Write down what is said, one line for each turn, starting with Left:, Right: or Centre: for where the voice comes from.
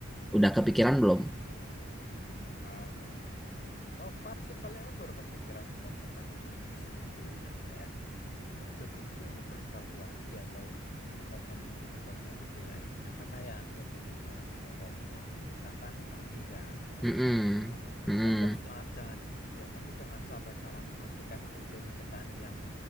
Centre: Udah kepikiran belum?
Left: um, so far sih paling aku baru kepikiran buat petani padi sih, belum yang kayak untuk jagung sih aku belum kalkulasi atau atau komoditi-komoditi lainnya karena ya yang jadi bahan pokok utama kita kan padi kan orang-orang
Centre: Mm-mm.
Left: Jawa.
Centre: Mm-mm.
Left: Eh, tapi kamu jangan-jangan, Jek, kamu jangan sampai salah mengartikan aku jadi petani yang